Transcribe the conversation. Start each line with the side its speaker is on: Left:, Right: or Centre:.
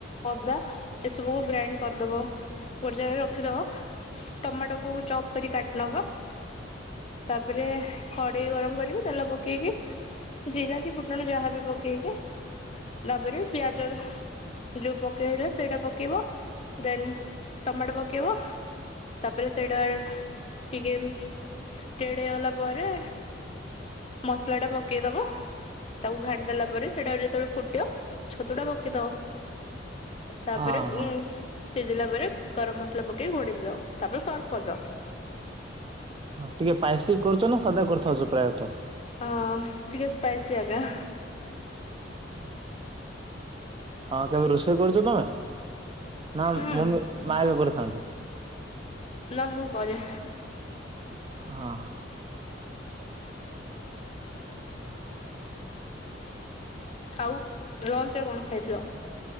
Left: ଅଦା ଏସବୁକୁ ଗ୍ରାଇଣ୍ଡ କରିଦବ ଗୋଟେ ଜାଗାରେ ରଖିଦବ। ଟମାଟୋକୁୁ ଚପ୍ କରି କାଟି ନବ। ତାପରେ କଡେଇ ଗରମ କରିକି ତେଲ ପକେଇକି ଜିରା କି ଫୁଟଣ ଯାହାବି ପକେଇବେ ତାପରେ ପିଆଜ ଯୋଉ ପକେଇଲେ ସେଇଟା ପକେଇବ ଦେନ୍ ଟମାଟୋ ପକେଇବ ତାପରେ ସେଇଟା ଟିକେ ତେଡେ ହେଇଗଲା ପରେ ମସଲା ଟା ପକେଇଦବ ତାକୁ ଘାଣ୍ଟି ଦେଲା ପରେ ସେଇଟା ଯେତେବେଳେ ଫୁଟିବ ଛତୁ ଟା ପକେଇଦବ ତାପରେ
Right: ଆ
Left: ଉଁ
Right: ହଁ
Left: ସିଝିଲା ପରେ ଗରମ ମସଲା ପକେଇକି ଘୋଡେଇ ଦବ ତାପରେ ସର୍ଭ କରିଦବ
Right: ଟିକେ ଶ୍ପାଇସି କରୁଛ ନା ସାଧା କରୁ ଥାଉଛ ପ୍ରାୟ ତ
Left: ହଁ ଟିକେ ସ୍ପାଇସି ଆଞ୍ଜା
Right: <inaudible> ହଁ କେବେ ରୋଷେଇ କରୁଛ ତମେ ନା
Left: ହୁଁ
Right: ମମି ମାବେ କରିଥାନ୍ତି।
Left: ନା ମୁଁ କରେ।
Right: ହଁ।
Left: ଆଉ ଲଞ୍ଚ ରେ କଣ ଖାଇଥିଲ?